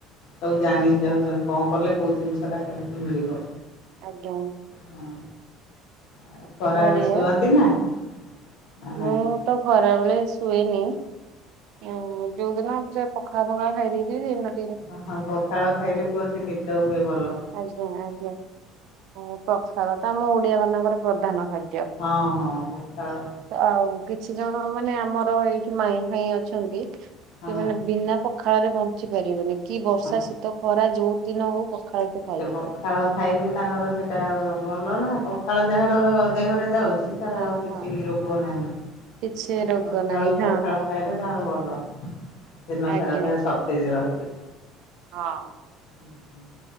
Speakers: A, on the left; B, on the right.
A: ସବୁ ଜାଣି ଯାଉଛନ୍ତି କଣ କଲେ କୋଉ ଜିନିଷ ଟା କେମିତି ମିଳିବ।
B: ଆଜ୍ଞା।
A: ହ ଆଉ ଖରା
B: ଭାରି
A: ଆଡେ
B: ଇଏ
A: ଶୁଅନ୍ତି ନା ନା
B: ମୁଁ
A: ନାଇଁ?
B: ତ ଖରାବେଳେ ଶୁଏନି? ଆଉ ଯୋଉଦିନ ପୁରା ପଖାଳ ଫଖାଳ ଖାଇ ଦେଇଥିବି। ସେଦିନ --
A: ହ ହଁ ପଖାଳ ଖାଇଲେ କୁହନ୍ତି ନିଦ ହୁଏ ଭଲ।
B: ଆଜ୍ଞା ଆଜ୍ଞା ଆଉ ପଖାଳ ତ ଆମ ଓଡିଆ ମାନଙ୍କର ପ୍ରଧାନ ଖାଦ୍ୟ।
A: ହଁ ହଁ ପଖାଳ
B: ଆଉ କିଛି ଜଣ ମାନେ ଆମମର ଏଇଠି ମାଇଁ ଫାଇଁ ଅଛନ୍ତି ସେମାନେ
A: ହଁ
B: ବିନା ପ ଖାଳରେ ବଞ୍ଚି ପାରିବେନି। କି ବର୍ଷା
A: ହଁ
B: ଶୀତ ଖରା ଯୋଉ ଦିନ ହଉ ପଖାଳ ଖାଇଥିବେ।
A: ସେ ପଖାଳ ଖାଇବି ତାଙ୍କର ସେଇଟା ଭଲ ନା ପଖାଳ ଯାହାର ଦେହରେ ଯାଉଛି
B: ହଁ
A: ତାର
B: ହଁ
A: ଆଉ କିଛି
B: ହଁ।
A: ରୋଗ ନାହିଁ।
B: କିଛି ରୋଗ
A: ସଖାଳୁ
B: ନାହିଁ ହଁ
A: ପଖାଳ ଖାଇଲେ ତାଙ୍କର ଭଲ ଦିନ
B: ଆଜ୍ଞା।
A: ସାରା ଦେ ସତ ତେଜରହିବ।
B: ହଁ।
A: ହୁଁ, ହୁଁ